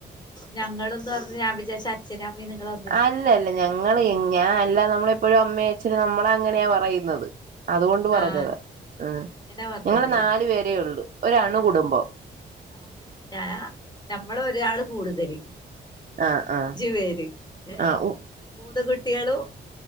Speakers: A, on the left; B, on the right.
A: ഞങ്ങള്ന്ന് പർഞ്ഞ ഞാൻ വിജാര്ച്ച് അ ച്ചനും അമ്മയും നിങ്ങളൊന്നിച്ച്.
B: അല്ലല്ല ഞങ്ങള് എങ് ഞാൻ അല്ല നമ്മളെപ്പോഴും അമ്മേ അച്ഛന് നമ്മള് അങ്ങനെയാ പറയുന്നത്. അതുകൊണ്ട് പറഞ്ഞതാ
A: ആഹ്
B: ഉം
A: അങ്ങനെ പറഞ്ഞതായിരിക്കും
B: ഞങ്ങള് നാലു പേരേള്ളു ഒര് അണുകുടുംബം.
A: ആഹ് ഞാ നമ്മൾ ഒരാള് കൂടുതല്.
B: ആഹ് ആഹ്
A: അഞ്ചു പേര് ഏ
B: ആഹ് ഉ
A: മൂന്ന് കുട്ടിയാളും.